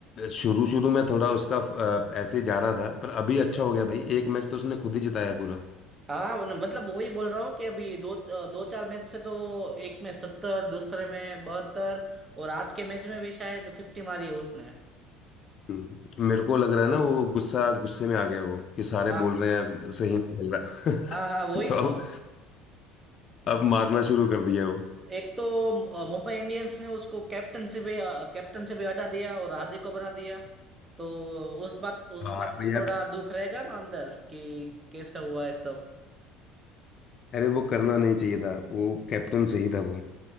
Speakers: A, on the left; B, on the right.
A: शुरू शुरू में थोड़ा उसका अ, ऐसे ही जा रहा था पर अभी अच्छा हो गया भाई एक मैच तो उसने खुद ही जिताया पूरा
B: हाँ मैंने- मतलब वही बोल रहा हूँ कि अभी दो दो चार मैच से तो वो एक में सत्तर दूसरे में बहत्तर और आज के मैच में भी शायद फिफ्टी मारी है उसने
A: हम्म। मेरे को लग रहा है ना वो गुस्सा गुस्से में आ गया वो कि सारे
B: हाँ
A: बोल रहे हैं सही नहीं खेल रहा <laughs>
B: हाँ हाँ वही
A: तो अब
B: तो
A: अब मारना शुरू कर दिया वो
B: एक तो अ, मुंबई इंडियंस ने उसको कैप्टन से भी अ, कैप्टन से भी हटा दिया और हार्दिक को बना दिया तो उस बात उस
A: हाँ
B: बात का
A: भैया
B: थोड़ा दुख रहेगा ना अंदर कि कैसे हुआ है सब
A: अरे वो करना नहीं चाहिए था वो कैप्टन सही था वो